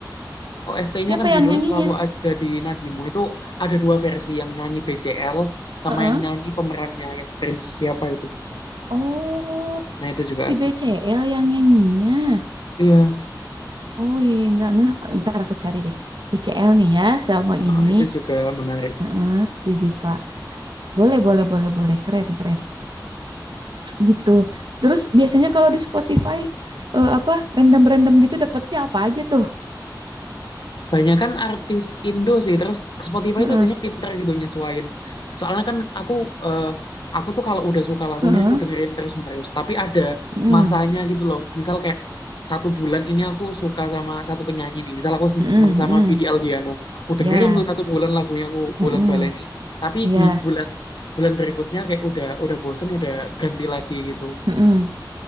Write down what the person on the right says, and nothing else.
Siapa
yang
nyanyinya?
Heeh.
Oh,
si
BCL yang nyanyinya.
Oh iya, iya, nggak ngeh. Ntar aku cari deh. BCL nih ya, sama
ini.
Heeh, si Ziva. Boleh, boleh, boleh, boleh. Keren, keren. Gitu. Terus biasanya kalau di Spotify, eh, apa, random-random gitu dapatnya apa aja tuh?
Heeh,
heeh,
heeh,
heeh,
heeh.
Ya,
heeh,
ya,
heeh.